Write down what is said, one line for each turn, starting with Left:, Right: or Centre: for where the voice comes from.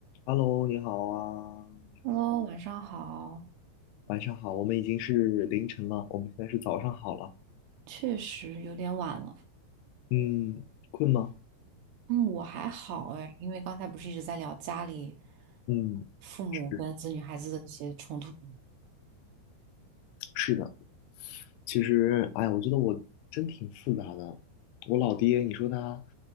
Left: Hello，你好啊，你好啊，
Right: Hello，晚上好。
Left: 晚上好，我们已经是凌晨了，我们现在是早上好了。
Right: 确实有点晚了。
Left: 嗯，困吗？
Right: 嗯，我还好哎，因为刚才不是一直在聊家里
Left: 嗯，
Right: 父母跟子女孩子的一些冲突吗
Left: 是是的，其实，哎，我觉得我真挺复杂的。我老爹，你说他，